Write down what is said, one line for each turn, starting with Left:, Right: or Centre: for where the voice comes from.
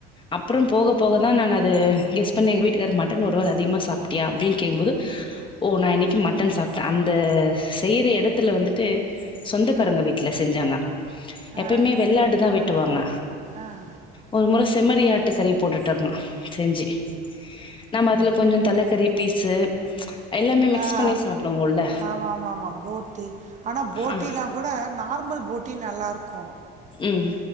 Left: அப்பறம் போக போகதா நா அது கெஸ் பண்ணே எங்க வீட்டுக்காரரு மட்டன் ஒருவேள அதிகமாக சாப்பிட்டியா அப்படின்னு கேக்கும் போது ஓ நா இன்னிக். மட். ட்டன் சாப்ட்ட அந்த. செய்யற எடுத். த்துவ வந்துட்டு சொந்த. க்காரங்க வீட்டுல செஞ்சாங்க. எப்பயுமே
Right: ஆ
Left: வெள்ளாடுதா வெட்டுவாங்க
Right: ஆ ஆ
Left: ஒரு முற செம்மறியாட். சேரி போட்டுட்டு இருக்குனா. செஞ்சு. நம அதுல கொஞ்சம் தலக்கறி. பீசு ம்ச்ச. எல்லாமே மிக்ஸ்.
Right: ஹ
Left: பண்ணி சாப்டுவோல்ல
Right: ஆமா ஆமா ஆமா போட்டி ஆனா போட்டி
Left: ஆ
Right: எல்லாம் கூட நார்மல் போட். சுட்டி நல்லாயிருக். க்கு.
Left: ம்